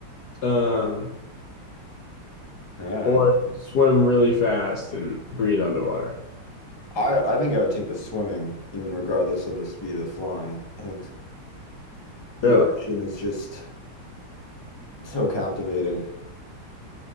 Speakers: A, on the left; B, on the left.
A: um,
B: know.
A: or swim really fast and breathe underwater.
B: I I think I would take the swimming, even regardless of the speed of flying. I think the
A: Really?
B: ocean is just so captivating.